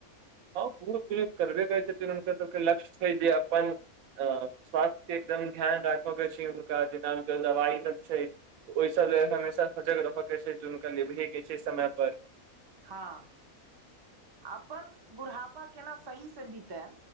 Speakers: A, on the right (about 75°); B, on the right (about 30°).
A: हँ बूढ़ दुर्जुर्ग करबे करै छथिन हुनकर सभके लक्ष्य छै जे अपन अ स्वास्थ्य के एकदम ध्यान राखय के छै हुनका जेना दवाई सब छै ओहि सभ ल हमेशा सजग रहय के छै जुनक ल हय के छै समय पर
B: हँ अपन बुढ़ापा केना सही सँ बितै